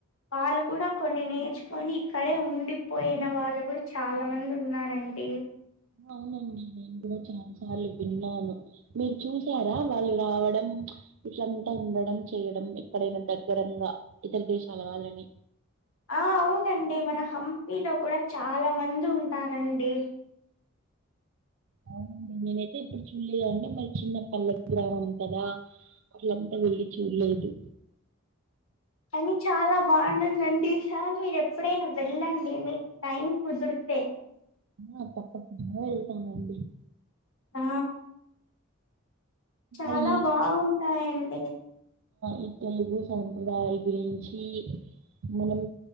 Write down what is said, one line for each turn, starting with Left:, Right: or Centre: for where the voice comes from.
Left: వాళ్ళు కూడా కొన్ని నేర్చుకొని ఇక్కడే ఉండిపోయిన వాళ్ళు కూడా చాలా మంది ఉన్నారండి
Right: అవునండి నేను కూడా చాలా సార్లు విన్నాను మీరు చూసారా వాళ్ళు రావడం ఇట్లంతా ఉండడం చేయడం ఎక్కడైనా దగ్గరంగా ఇతర దేశాల వాళ్ళని
Left: ఆ అవునండి మన హంపీలో కూడా చాలా మంది ఉంటారండి
Right: అవునండి నేనైతే ఇప్పుడు చూడలేదు అంటే మరి చిన్న పల్లె గ్రామం కదా <unintelligible> వెళ్ళి చూడలేదు
Left: కానీ చాలా బాగుంటుందండి ఈ సార్ మీరు ఎప్పుడైనా వెళ్ళండి మీ టైం కుదిరితే
Right: ఆ తప్పకుండా వెళ్తామండి
Left: ఆ చాలా
Right: అయి
Left: బాగుంటాయండి
Right: ఈ తెలుగు సాప్రదాయాల గురించి మనం